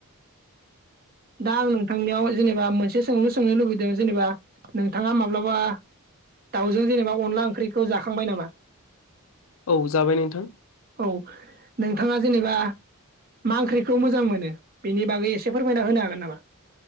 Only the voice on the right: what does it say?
दा आं नोंथांनियाव जेनेबा मोनसे सोंलु सोंनो लुबैदों दो जेनेबा नोंथाङा माब्लाबा दाउजों जेनेबा अनला ओंख्रिखौ जाखांबाय नामा
औ नोंथाङा जेनेबा मा ओंख्रिखौ मोजां मोनो बेनि बागै एसे फोरमायना होनो हागोन नामा?